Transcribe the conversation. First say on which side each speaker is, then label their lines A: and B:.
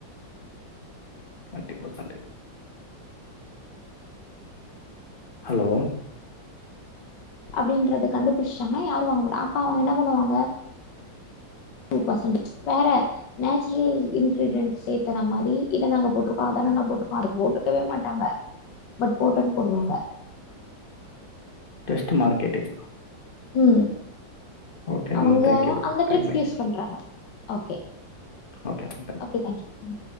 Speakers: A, on the left; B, on the left.
A: டுவென்டி பர்சன்ட்டு ஹலோ
B: அப்டின்றத கண்டுபிடிச்டாங்கனா யாரு வாங்க மாட்டா அப்ப அவங்க என்ன பண்ணுவாங்க டூ பர்சன்டு வேற நேச்சுரிலி இன்கிரீடியன்ட் சேத்துற மாரி இத நாங்க போட்ருக்கோ அத நாங்க போட்ருக்கோ அத போட்ருக்கவே மாட்டாங்க பட் போட்டன் போடுவாங்க
A: ஜஸ்ட் மார்கெட்டிங்
B: ம்
A: ஓகே
B: அவுங்க
A: மேம் தேங்க்யூ
B: அந்த ட்ரிக்ஸ்
A: டைம் ஆயிடுச்சு
B: யூஸ் பண்றாங்க ஓகே
A: ஓகே பண்ட
B: ஓகே தேங்க் ம்